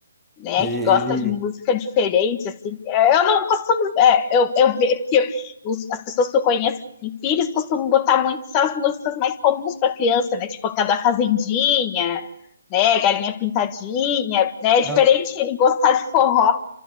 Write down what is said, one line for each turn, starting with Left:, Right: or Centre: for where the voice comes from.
Left: né?
Centre: E
Left: Que gosta
Centre: ele.
Left: de música diferente, assim. Eu não costumo. é, eu, eu vejo que os- as pessoas que eu conheço que têm filhos costumam botar muito essas músicas mais comuns pra criança, né? Tipo aquela da Fazendinha, né? Galinha Pintadinha, né? É diferente
Centre: Não,
Left: ele gostar de forró.